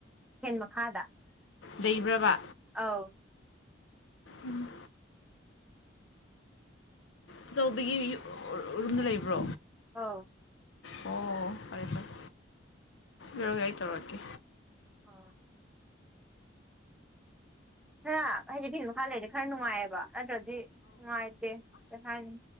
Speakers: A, in the centre; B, on the left.
A: ꯍꯦꯟ ꯃꯈꯥꯗ
B: ꯂꯩꯕ꯭ꯔꯕ
A: ꯑꯧ
B: ꯎꯝ ꯑꯆꯧꯕꯒꯤ ꯔꯨꯝꯗ ꯂꯩꯕ꯭ꯔꯣ
A: ꯑꯥ
B: ꯑꯣ ꯐꯔꯦ ꯐꯔꯦ ꯔꯒꯏ ꯇꯧꯔꯀꯦ
A: ꯑꯝ ꯈꯔ ꯍꯥꯏꯗꯤ ꯐꯤꯤꯟ ꯃꯈꯥ ꯂꯩꯔꯗꯤ ꯈꯔ ꯅꯨꯡꯉꯥꯏꯑꯕ ꯅꯠꯇ꯭ꯔꯗꯤ ꯅꯨꯡꯉꯥꯏꯇꯦ ꯀꯩ ꯍꯥꯏꯅꯤ